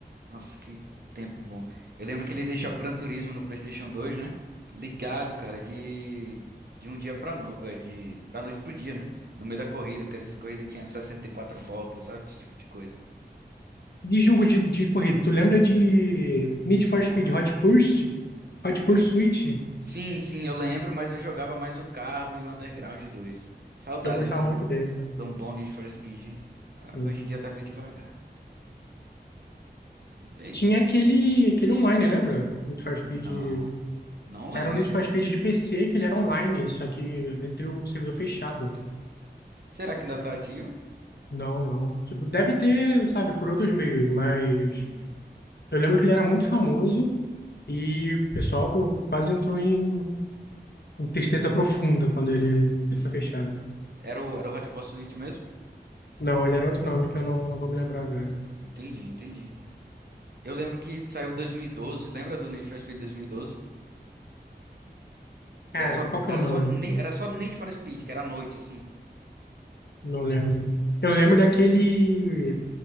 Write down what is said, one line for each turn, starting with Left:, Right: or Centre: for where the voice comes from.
Right: Nossa, que tempo bom. Eu lembro que ele deixava o Gran Turismo no PlayStation 2, né? Ligado, cara, de, de um dia pra no... eh, de da noite pro dia, né? No meio da corrida, porque às vezes a corrida tinha 64 voltas, sabe? Esse tipo de coisa.
Left: De jogo de, de corrida, tu lembra de Need for
Right: Oh,
Left: Speed Hot Pursuit? Hot Pursuit?
Right: Eu Sim, sim, eu lembro, mas eu jogava mais o Carbon e o Underground dois Saudades
Left: Eu gostava
Right: de um,
Left: muito
Right: de
Left: dessa.
Right: um bom Need for Speed, hein? Ah,
Left: Sim.
Right: Hoje em dia tá meio devagar. Mas é isso,
Left: Tinha
Right: cara.
Left: aquele, aquele online, lembra? Need for Speed.
Right: Não, não lembro.
Left: Era um Need for Speed de PC, que ele era online, só que entre o servidor fechado.
Right: Será que ainda tá ativo?
Left: Não, não. Tipo, deve ter, sabe, por outros meios, mas
Right: Uhum.
Left: Eu lembro que ele era muito famoso e o pessoal pô, quase entrou em, em tristeza profunda quando ele, ele foi fechado.
Right: Era o, era o Hot Pursuit mesmo?
Left: Não, ele era outro nome que eu não, não vou me lembrar agora.
Right: Entendi, entendi. Eu lembro que saiu 2012, lembra do Need for Speed 2012? Que
Left: Cara,
Right: era só,
Left: qual que
Right: era
Left: é o nome?
Right: só, Ne- era só Need for Speed, que era à noite, assim.
Left: Não lembro. Eu lembro daquele